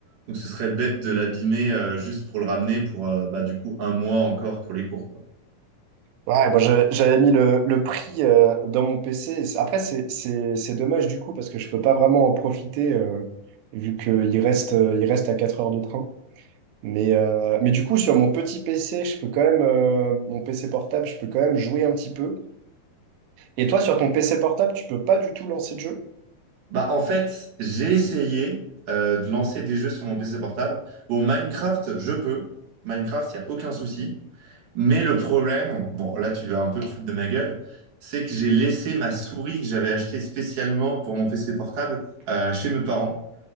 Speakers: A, on the right; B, on the right.
A: Donc, ce serait bête de l'abîmer euh, juste pour le ramener pour, euh, bah, du coup, un mois encore pour les cours, quoi.
B: Ouais, moi j'avais j'avais mis le, le prix euh, dans mon PC. Après, c'est c'est- c'est dommage du coup parce que je peux pas vraiment en profiter euh, vu qu'il reste, euh, il reste à 4 heures de train. Mais, euh, mais du coup, sur mon petit PC, je peux quand même, euh, mon PC portable, je peux quand même jouer un petit peu. Et toi, sur ton PC portable, tu peux pas du tout lancer de jeu.
A: Bah, en fait, j'ai essayé euh, de lancer des jeux sur mon PC portable. Bon, Minecraft, je peux. Minecraft, il n'y a aucun souci. Mais
B: Ok.
A: le problème, bon, là, tu vas un peu te foutre de ma gueule, c'est que j'ai laissé ma souris que j'avais achetée spécialement pour mon PC portable euh, chez mes parents.